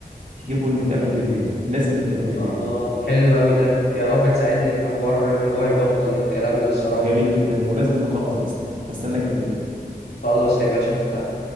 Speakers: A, on the right (about 50°); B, on the left (about 75°).
A: تجيبه نتقابل بالليل لازم نتقابل بالليل
B: الله حلو قوي ده يا رب تساعدني في حوار ان هو يبطل الكلام ده الصراحه
A: جميل جدا ولازم نخلص اصلا هستناك بالليل
B: خلاص يا باشا اتفقنا